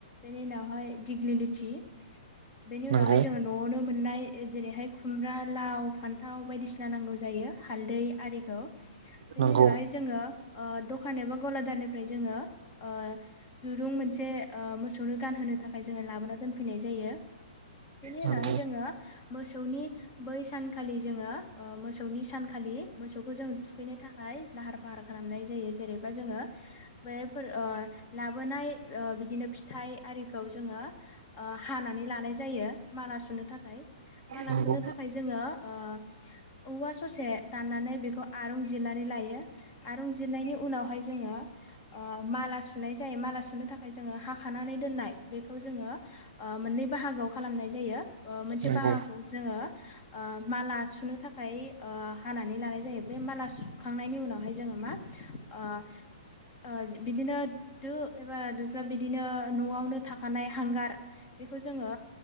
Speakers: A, on the left; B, on the right.
A: बेनि उनावहाय दिगलिलिटि बेनि उनावहाय
B: नंगौ
A: जोङो न'आवनो मोननाय जेरैहाय खुमब्रा लाव फान्थाव बायदिसिना नांगौ जायो हालदै आरिखौ बेनि
B: नंगौ
A: उनावहाय जोङो ओ। दखान एबा गलादारनिफ्राय जोङो ओ दुरुं मोनसे ओ मोसौनो गानहोनो थाखाय जों लाबोना दोनफैनाय जायो बेनि
B: नंगौ
A: उनावहाय जोङो मोसौनि बै सानखालि जोङो ओ मोसौनि सानखालि मोसौखौ जों थुखैनो थाखाय लाहार फाहार खालामनाय जायो जेरै ओमफ्राय जोङो बे लाबोनाय बिदिनो फिथाइ आरिखौ जोङो हानानै लानाय। जायो माला सुनो थाखाय माला
B: नंगौ
A: सुनो थाखाय जोङो ओ। औवा ससे दाननानै बेखौ आरं जिरनानै लायो आरं जिरनायनि उनावहाय जोङो। ओ माला सुनाय जायो माला सुनो थाखाय जोङो हाखानानै दोननाय बेखौ जोङो। ओ। मोननै बाहागोआव खालामनाय जायो। मोनसे
B: नंगौ
A: बाहागोखौ जोङो। ओ माला सुनो थाखाय ओ हानानै लानाय जायो बे माला सुखांनायनि उनावहाय जोङो मा। ओ। ओ बिदिनो दो एबा दोफ्रा बिदिनो न'आवनो थाखानाय हांगार। बेखौ जोङो